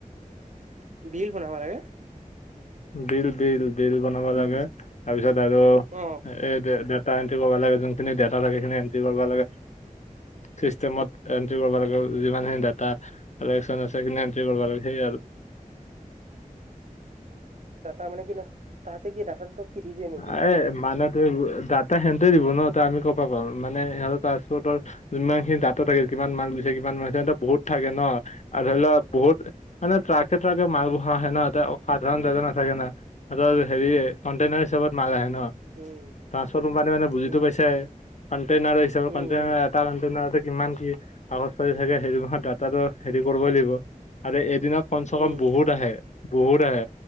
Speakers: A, on the right (about 55°); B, on the left (about 55°).
A: বিল বনাব লাগে
B: বিল বিল বিল বনাব লাগে তাৰ পিছত আৰু
A: অ
B: এই ডে ডেটা এণ্ট্ৰি কৰিব লাগে যোনখিনি ডেটা থাকে সেইখিনি এণ্ট্ৰি কৰিব লাগে চিষ্টেমত এন্ট্ৰি কৰিব লাগে যিমানখিনি ডাটা কালেকশ্যন আছে সেইখিনিয়ে এণ্ট্ৰি কৰিব লাগে সেই আৰু
A: অ অ দাটা মানে কি নু তাহাতে কি দাটাটো কি দি দিয়ে নেকি
B: আ এ মানে তুম দাটা সিহঁতে দিব ন ত আমি ক' পা পাম মানে সিহঁতৰ পাছপৰ্টৰ যিমানখিনি ডাটা থাকে কিমান মাক্স গৈছে কিমান মাক্স বহুত থাকে ন আৰু ধৰি ল বহুত মানে ট্ৰাকে ট্ৰাকে মাল বহা আহে তে সাধাৰণ ডাটা নাথাকে না এই যে হেৰি কনটেইনাৰ হিচাপত মাল আহে অ
A: উম
B: ট্ৰানসপৰ্ট কোম্পানী মানে বুজি
A: উম
B: পাইছাই কনটেইনাৰ হিচাপত
A: উম
B: কনটেনাৰ
A: উম
B: কাৰণ তেনেহলে কিমান কি কাগজ পাতি থাকে সেইটো মাহত দাতাটো হেৰি কৰিবই লাগিব আৰু এদিনত কমচে কম
A: উম
B: বহুত আহে বহুত আহে